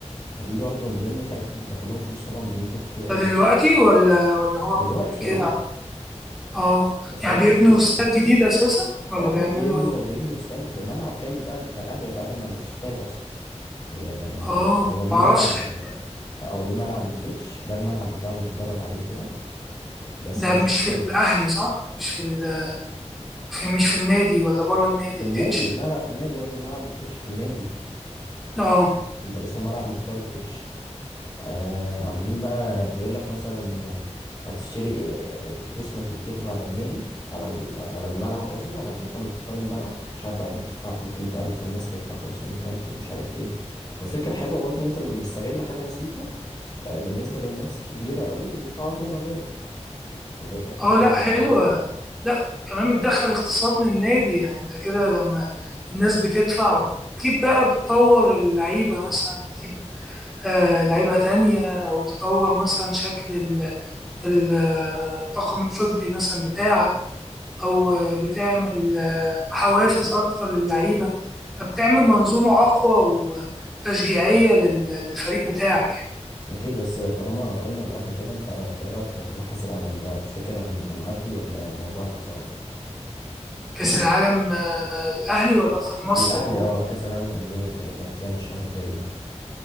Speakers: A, on the left; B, in the centre.
A: فدي برضو من ضمن الحاجات اللي بتدخلهم فلوس طبعا بمبلغ كبير قوي
B: ده دلوقتي ولا ولا هو
A: دلوقتي
B: من قبل كده
A: اه
B: اه
A: بس
B: يعني
A: هو لسه
B: بيبنوا
A: مبلاش
B: استاد جديد اساسا ولا
A: اه
B: بيعملوا
A: بيبنوا
B: ايه
A: بيبنوا استاد ملعب كامل بقى بتاع الاهلي والاهلي ما عندوش استاد اصلا هي-
B: اه
A: يعني هو ليه
B: معرفش
A: ملعب
B: الحقيقة.
A: لا، هو ليه ملعب التتش ده الملعب بتاعه اللي بيتدرب عليه وكده بس
B: ده
A: ملوش
B: مش
A: استاد
B: في الاهلي صح مش في ال- في مش في النادي ولا بره النادي
A: في النادي
B: التتش
A: لا لا في النادي هو الملعب التتش في النادي
B: اه
A: اسمه ملعب مختار التتش آه عاملين بقى بيقول لك مثلا آه، هتشتري آه، آه، اسمك يتكتب على النادي على ال- على الملعب قصدي على حيطة من حيطان الملعب مش عارف بقى بتدفع 300 ألف والناس بتدفع 500 ألف ومش عارف ايه ففكرة حلوة برضه انت مستغل حاجة بسيطة آه، بالنسبة للناس كبيرة قوي وبيدفعوا فيها مبالغ واللي يقدر طبعا
B: اه لا حلوة
A: بيدفع
B: لا كمان بتدخل اقتصاد للنادي يعني انت كده لما الناس بتدفع بتجيب بقى بتطور اللعيبة مثلا بتجيب آه لعيبة تانية أو تطور مثلا شكل ال- ال- آه، الطاقم الطبي مثلا بتاعك أو آه، بتعمل آه، حوافز أكتر للعيبة فبتعمل منظومة أقوى وتشجيعية لل- للفريق بتاعك يعني
A: اكيد بس طالما قلنا الاهلي كده انت إنت ايه رايك في موضوع كاس العالم ده تفتكر هن- هنعدي ولا الموضوع هيبقى صعب
B: كأس العالم آه، الأهلي ولا قصدك مصر
A: الاهلي
B: عموما
A: اه كاس العالم للانديه اللي اللي هيتلعب الشهر الجاي ده